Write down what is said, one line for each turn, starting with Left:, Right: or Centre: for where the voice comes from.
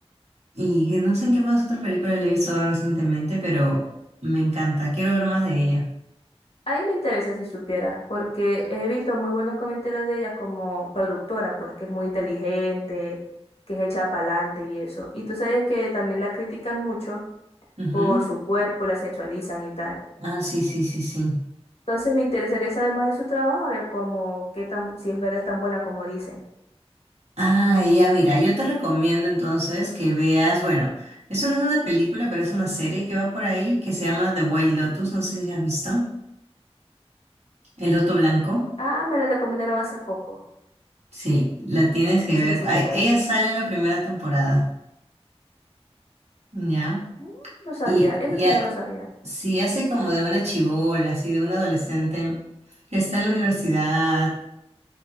Right: Y que no sé en qué más otra película le he visto ahora recientemente, pero me encanta. Quiero ver más de ella.
Left: Ahí me interesa si supieras, porque he visto muy buenos comentarios de ella como productora, pues que es muy inteligente, que es hecha para adelante y eso. Y tú sabes que también la critican mucho
Right: Ujú.
Left: por su cuerpo, la sexualizan y tal.
Right: Ah, sí, sí, sí, sí.
Left: Entonces me interesaría saber más de su trabajo, a ver cómo, qué tan, si es verdad es tan buena como dicen.
Right: Ah, ya, mira, yo te recomiendo entonces que veas, bueno, eso no es una película, pero es una serie que va por ahí que se llama The White Lotus. No sé si has visto. El Loto Blanco.
Left: Ah, me la recomendaron hace poco.
Right: Sí, la tienes que
Left: Sí,
Right: ver.
Left: sí,
Right: Ay,
Left: sé cuál
Right: Ella
Left: es.
Right: sale en la primera temporada, ¿ya?
Left: Mm, No sabía,
Right: Y,
Left: eso
Right: y
Left: sí
Right: ha-
Left: no lo sabía.
Right: sí hace como de una chibola, así de una adolescente que está en la universidad